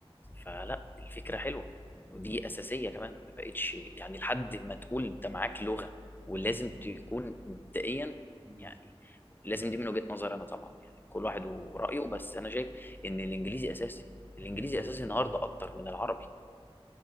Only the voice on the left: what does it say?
فلا الفكره حلوه ودي اساسيه كمان ما بقتش يعني لحد ما تقول انت معاك لغه ولازم تكون مبدئيا
يعني لازم دي من وجهه نظري انا طبعا يعني كل
واحد ورايه بس انا شايف ان الانجليزي اساسي الانجليزي
اساسي النهارده اكتر من العربي